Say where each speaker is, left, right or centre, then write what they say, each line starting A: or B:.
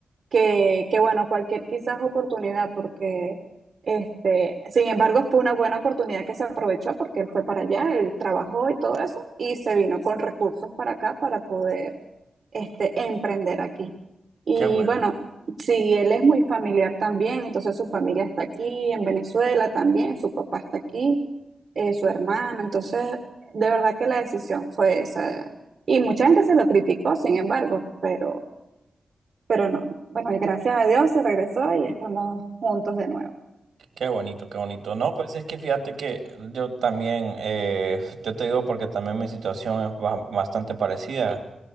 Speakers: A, on the right; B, on the right.
A: que, que bueno, cualquier quizás oportunidad, porque este, sin embargo fue una buena oportunidad que se aprovechó porque él fue para allá, él trabajó y todo eso, y se vino con recursos para acá para poder este, emprender aquí. Y
B: Qué bueno,
A: bueno, si él es muy familiar también, entonces su familia está aquí en Venezuela también, su papá está aquí, eh, su hermana, entonces de verdad que la decisión fue esa. Y mucha gente se lo criticó, sin embargo, pero... Pero no, bueno, y gracias a Dios se regresó y estamos juntos de nuevo.
B: qué bonito, qué bonito. No, pues es que fíjate que yo también, eh, yo te digo porque también mi situación es ba- bastante parecida.